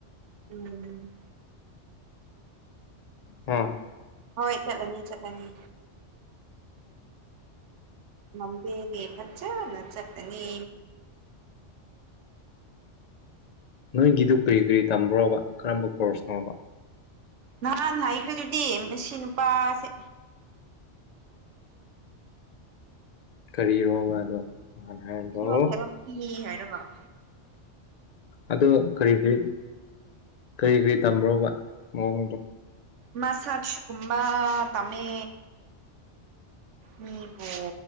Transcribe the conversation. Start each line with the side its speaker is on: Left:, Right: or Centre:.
Right: ꯎꯝ
Left: ꯍꯥ
Right: ꯍꯣꯏ ꯆꯠꯂꯅꯤ ꯆꯠꯂꯅꯤ ꯃꯟꯗꯦꯗꯤ ꯐꯖꯅ ꯆꯠꯀꯅꯤ
Left: ꯅꯣꯏꯒꯤꯗꯨ ꯀ꯭ꯔꯤ ꯀ꯭ꯔꯤ ꯇꯝꯕ꯭ꯔꯣꯕ ꯀꯔꯝꯕ ꯀꯣꯔꯁꯅꯣꯕ
Right: ꯅꯍꯥꯟ ꯍꯥꯏꯈ꯭ꯔꯗꯨꯗꯤ ꯃꯁꯤ ꯅꯨꯄꯥꯁꯦ
Left: ꯀꯔꯤꯔꯣꯕ ꯑꯗꯣ ꯅꯍꯥꯟ ꯍꯥꯏꯕꯗꯣ
Right: <unintelligible> ꯍꯥꯏꯔꯒ
Left: ꯑꯗꯨ ꯀ꯭ꯔꯤ ꯀ꯭ꯔꯤ ꯀꯔꯤ ꯀꯔꯤ ꯇꯝꯕ꯭ꯔꯣꯕ ꯃꯑꯣꯡꯗꯣ
Right: ꯃꯁꯥꯖ ꯀꯨꯝꯕ ꯇꯥꯝꯃꯦ ꯃꯤꯕꯨ